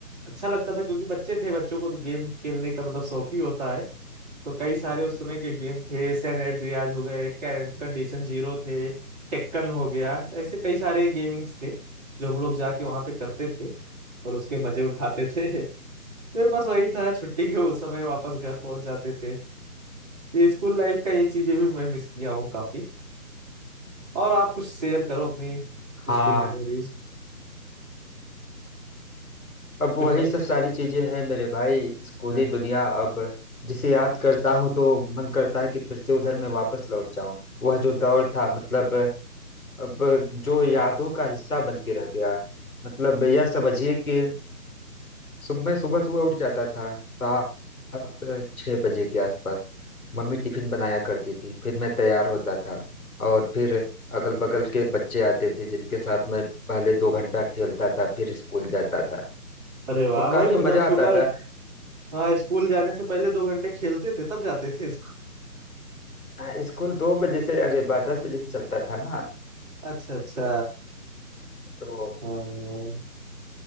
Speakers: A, on the right; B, on the left.
A: अच्छा लगता था क्योंकि बच्चे थे बच्चों को तो गेम खेलने का मतलब शौक ही होता है तो कई सारे उस समय के गेम थे सैन एंड्रियाज हो गए कंडीशन जीरो थे टेक्कन हो गया तो ऐसे कई सारे गेमिंग्स थे जो हम लोग जाके वहां पे करते थे और उसके मजे उठाते थे <laughs> फिर बस वही था छुट्टी के उस समय वापस घर पहुंच जाते थे ये स्कूल लाइफ का ये चीजें भी मैं मिस किया हूँ काफी और आप कुछ शेयर करो अपनी
B: हाँ
A: स्कूल मेमोरीज
B: अब
A: कुछ
B: वही सब सारी चीजें हैं मेरे भाई स्कूली दुनिया अब जिसे याद करता हूँ तो मन करता है कि फिर से उधर मैं वापस लौट जाऊं वह जो दौर था मतलब अब जो यादों का हिस्सा बन के रह गया मतलब यह समझिए कि सुबह मैं सुबह सुबह उठ जाता था सात छः बजे के आसपास मम्मी टिफिन बनाया करती थी फिर मैं तैयार होता था और फिर अगल बगल के बच्चे आते थे जिनके साथ मैं पहले दो घंटा खेलता था फिर स्कूल जाता था
A: अरे वाह
B: और
A: भाई
B: काफी
A: मतलब
B: मजा
A: सुबह
B: आता था
A: हाँ स्कूल जाने से पहले दो घंटे खेलते थे तब जाते थे स्कूल
B: अ, स्कूल दो बजे से अरे बा दस बजे से चलता था ना
A: अच्छा अच्छा
B: तो
A: हाँ